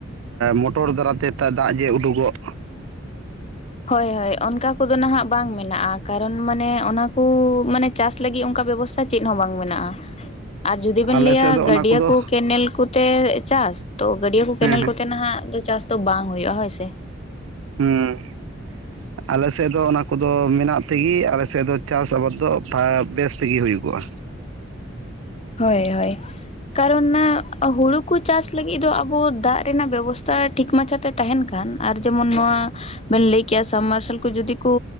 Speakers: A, on the right; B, on the left.
A: ᱢᱚᱴᱚᱨ ᱫᱟᱨᱟᱭᱛᱮ ᱛᱟᱜ ᱫᱟᱜ ᱡᱮ ᱩᱰᱩᱜᱚᱜ
B: ᱦᱳᱭ ᱦᱳᱭ ᱚᱱᱠᱟ ᱠᱚᱫᱚ ᱱᱟᱦᱟᱜ ᱵᱟᱝ ᱢᱮᱱᱟᱜ-ᱟ ᱠᱟᱨᱚᱱ ᱢᱟᱱᱮ ᱚᱱᱟ ᱠᱩ ᱢᱟᱱᱮ ᱪᱟᱥ ᱞᱟᱹᱜᱤ ᱚᱝᱠᱟ ᱵᱮᱵᱚᱥᱛᱟ ᱪᱮᱫ ᱦᱚᱸ ᱵᱟᱝ ᱢᱮᱱᱟᱜ-ᱟ ᱟᱨ ᱡᱩᱫᱤ ᱵᱮᱱ
A: ᱟᱞᱮ
B: ᱞᱟᱹᱭᱟ
A: ᱥᱮᱫ ᱫᱚ
B: ᱜᱟᱹᱰᱭᱟᱹ
A: ᱚᱱᱟ ᱠᱚᱫᱚ
B: ᱠᱚ ᱠᱮᱱᱮᱞ ᱠᱩ ᱛᱮ ᱪᱟᱥ ᱛᱚ ᱜᱟᱹᱰᱭᱟᱹ ᱠᱚ ᱠᱮᱱᱮᱞ
A: ᱦᱮᱸ ᱦᱮᱸ
B: ᱠᱚᱛᱮ ᱱᱟᱦᱟᱜ ᱫᱚ ᱪᱟᱥ ᱫᱚ ᱵᱟᱝ ᱦᱩᱭᱩᱜ-ᱟ ᱦᱳᱭ ᱥᱮ᱾
A: ᱦᱩᱸ ᱟᱞᱮᱥᱮᱫ ᱫᱚ ᱚᱱᱟ ᱠᱚᱫᱚ ᱢᱮᱱᱟᱜ ᱛᱮᱜᱤ ᱟᱞᱮᱥᱮᱫ ᱫᱚ ᱪᱟᱥ ᱟᱵᱟᱫ ᱫᱚ ᱵᱷᱟ ᱵᱮᱥ ᱛᱮᱜᱮ ᱦᱩᱭᱩᱜᱚᱜ-ᱟ
B: ᱦᱳᱭ ᱦᱳᱭ ᱠᱟᱨᱚᱱ ᱱᱟ ᱦᱩᱲᱩ ᱠᱚ ᱪᱟᱥ ᱞᱟᱹᱜᱤᱫ ᱫᱚ ᱟᱵᱚ ᱫᱟᱜ ᱨᱮᱱᱟᱜ ᱵᱮᱵᱚᱥᱛᱟ ᱴᱷᱤᱠ ᱢᱟᱪᱷᱟᱛᱮ ᱛᱟᱦᱮᱱ ᱠᱷᱟᱱ ᱟᱨ ᱡᱮᱢᱚᱱ ᱱᱚᱣᱟ ᱵᱮᱱ ᱞᱟᱹᱭ ᱠᱮ-ᱟ ᱥᱟᱢ ᱢᱟᱨᱥᱟᱞ ᱠᱚ ᱡᱩᱫᱤ ᱠᱩ